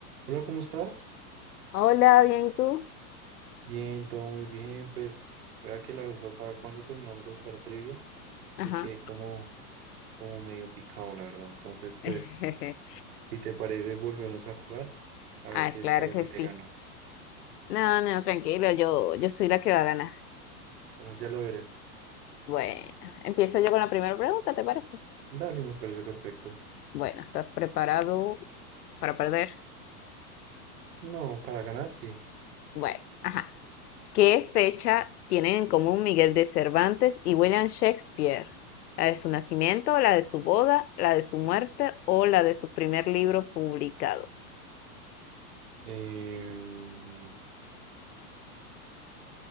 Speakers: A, on the right; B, on the left.
A: Hola, ¿cómo estás?
B: Hola, bien, ¿y tú?
A: Bien, todo muy bien. Pues, mira que la vez pasada cuando terminamos de jugar trivia,
B: Ajá.
A: pues quedé como, como medio picado, la verdad. Entonces, pues,
B: <laughs>
A: si te parece, volvemos a jugar. A ver
B: Ah,
A: si esta
B: claro
A: vez
B: que
A: sí
B: sí.
A: te gano.
B: No, no, tranquilo, yo, yo soy la que va a ganar.
A: Bueno, ya lo veremos.
B: Bueno, empiezo yo con la primera pregunta, ¿te parece?
A: Dale, me parece perfecto.
B: Bueno, ¿estás preparado para perder?
A: No, para ganar, sí.
B: Bueno, ajá. ¿Qué fecha tienen en común Miguel de Cervantes y William Shakespeare? ¿La de su nacimiento, la de su boda, la de su muerte o la de su primer libro publicado?
A: Em,